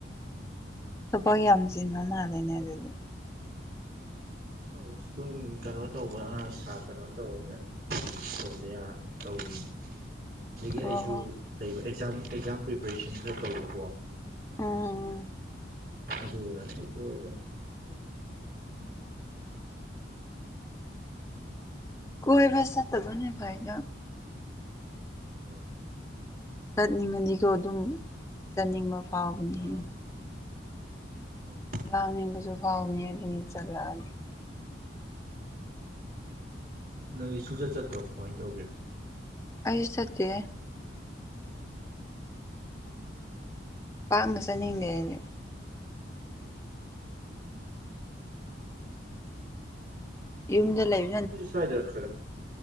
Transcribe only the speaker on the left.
ꯊꯕꯛ
ꯌꯥꯝ
ꯆꯤꯟꯕ
ꯃꯥꯜꯂꯦꯅꯦ ꯑꯗꯨꯗꯤ
ꯑꯣ
ꯑꯝ
ꯀꯣꯏꯕ ꯆꯠꯇꯕꯅꯗꯤ ꯐꯩꯗ
ꯆꯠꯅꯤꯡꯉꯗꯤꯀꯣ ꯑꯗꯨꯝ ꯆꯠꯅꯤꯡꯕ ꯐꯥꯎꯕꯅꯦꯍꯦ꯫
ꯂꯥꯡꯅꯤꯡꯕꯁꯨ ꯐꯥꯎꯅꯤ ꯑꯗꯨꯝ ꯆꯠꯂꯛꯑꯗꯤ
ꯑꯩ ꯆꯠꯇꯦ
ꯄꯥꯛꯅ ꯆꯠꯅꯤꯡꯗꯦ ꯑꯩꯗꯤ꯫
ꯌꯨꯝꯗ ꯂꯩ__